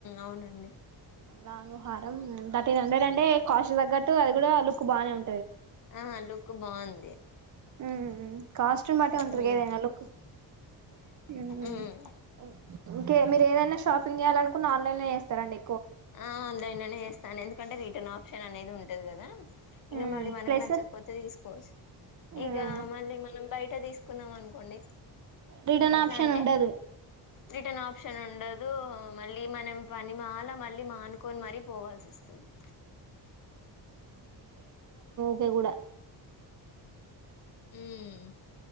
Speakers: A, on the left; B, on the right.
A: అవునండి
B: లాంగ్ హారం థర్టీన్ హండ్రెడ్ అంటే కాస్ట్ తగ్గట్టు అది కూడా లుక్ బానే ఉం
A: ఆ లుక్ బావున్
B: ఉమ్ కాస్ట్యూమ్ బట్టే
A: మ్మ్
B: ఉంటాది గా ఏదైనా లుక్ <inaudible>
A: మ్మ్
B: ఇంకే మీరు ఏదైనా షాప్ పింగ్ చేయాలనుకున్నా ఆన్లైన్ చేస్తారా అండి
A: ఆ అన్లెన్ లోనే ఏస్తానండి ఎందుకంటే రిటర్న్ ఆప్షన్ అనేది ఉంటది కదా ఇక
B: ఉమ్
A: మళ్ళీ మనకు
B: ప్లస్
A: నచ్చకపోతే తీసుకోవచ్చు
B: ఉమ్
A: ఇక మళ్ళీ మనం బయట బట్ట <unintelligible> లు తీసుకున్నాం అనుకోండి
B: రిటర్న్
A: ఎట్లా
B: ఆప్షన్
A: అంటే
B: ఉండదు
A: రిటర్న్ ఆప్షన్ ఉండదు మళ్ళీ మనం పని మాలా మళ్ళీ మానుకొని మరి పోవాల్సి వస్తుంది
B: పో కూడా
A: మ్మ్